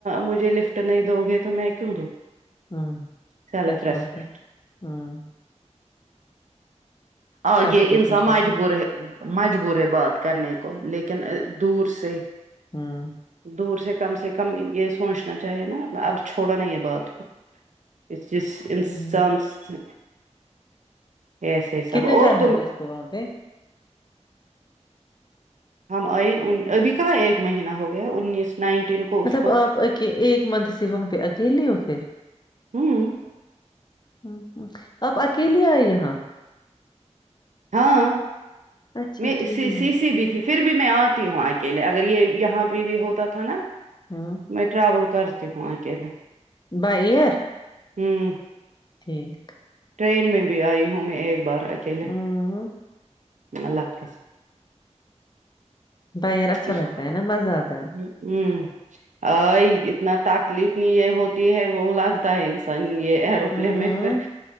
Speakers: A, on the right; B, on the left.
A: مجھے لفٹ نہیں دو گے تو میں میں کیوں دیو
B: ہوں
A: سیلف
B: سچ
A: ریسپیکٹ
B: بات ہے ہوں
A: آگے
B: آپ خود
A: انسان
B: ہو
A: مجبور
B: جائے گا
A: ہے مجبور ہے بات کرنے کو لیکن دور سے
B: ہاں
A: دور سے کم سے کم یہ سوچنا چاہے نا اب چھوڑا نا یہ بات کو اس جس انسان
B: ہوں
A: سے یس یس
B: کتنے
A: اب اور
B: ٹائم
A: تم
B: ہو گیا اس کو وہاں پہ
A: ہم ائ ان ابھی کہاں ایک مہینہ ہو گیا انیس نائنٹین کو اس
B: مطلب
A: کو
B: اپ ک ایک منتھ سے وہاں پہ اکیلے ہو پھر
A: ہوں
B: ہ ہ اپ اکیلے ائے یہاں
A: ہاں
B: اچھا
A: میں
B: ٹھیک
A: سی سی ب ت پھر بھی میں اتی ہوں اکیلے اگر یہ یہاں پہ بھی ہوتا تھا نا
B: ہوں
A: میں ٹراول کرتی ہوں اکیلے
B: بائی ایئر
A: ہم
B: ٹھیک
A: ٹرین میں بھی ائی ہوں میں ایک بار اکیلے
B: ہوں
A: اللہ حافظ
B: بائی ایئر اچھا
A: اس کو
B: لگتا ہے نا مزہ آتا ہے
A: ہم ا اتنا تکلیف یہ ہوتی ہے وہ لگتا ہے صحیح ہے ایروپل
B: ہوں
A: میں پھر